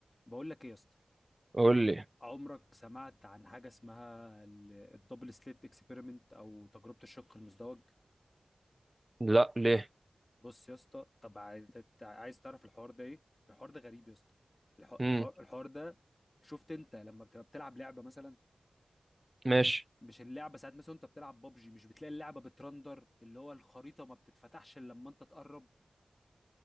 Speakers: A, on the left; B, on the right.
A: بقول لك ايه يا اسطى
B: قول لي
A: عمرك سمعت عن حاجه اسمها الدبل سليت اكسبيرمنت او تجربه الشق المزدوج
B: لا ليه
A: بص يا اسطى طب عايز عايز تعرف الحوار ده ايه الحوار ده غريب يا اسطى الح- الحوار
B: امم
A: الحوار ده شفت انت لما بتبقى بتلعب لعبه مثلا
B: ماشي
A: مش اللعبه ساعات مثلا انت بتلعب ببجي مش بتلاقي اللعبه بترندر اللي هو الخريطه ما بتتفتحش الا لما انت تقرب